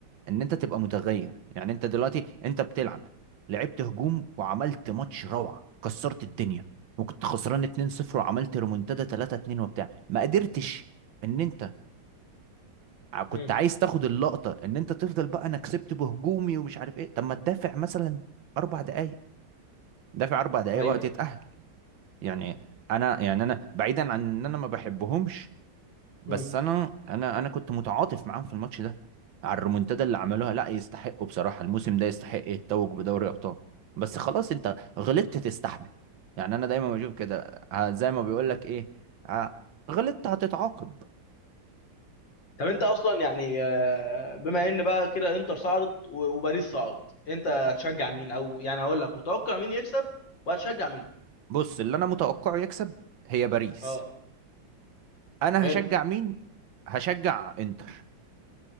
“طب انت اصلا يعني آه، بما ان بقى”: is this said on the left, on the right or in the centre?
Left